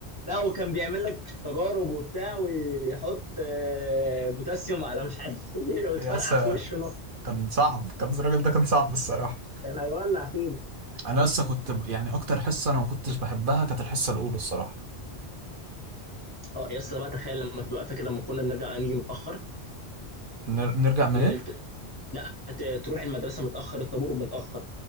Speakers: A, on the left (about 25°); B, on the right (about 55°).
A: لا وكان بيعمل لك تجارب وبتاع ويحط آه، بوتاسيوم على مش عارف ايه <laughs> وتفرقع
B: يسا
A: في وشه نص
B: كان صعب كان الراجل ده كان صعب الصراحه
A: كان هيولع فين
B: انا لسه كنت ب- يعني اكتر حصه انا ما كنتش بحبها كانت الحصه الاولى الصراحه
A: اه يا اسطى بقى تخيل لما تبقى فاكر لما كنا بنرجع نيجي متاخر
B: نر... نرجع منين
A: ن- ت- لا ت- تروح المدرسه متاخر الطابور متاخر